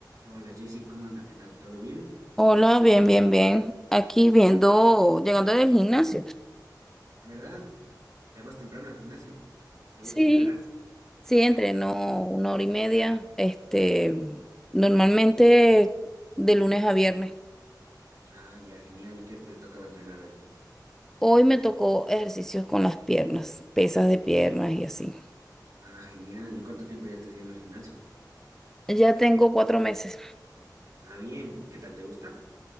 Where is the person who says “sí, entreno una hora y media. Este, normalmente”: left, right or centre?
Centre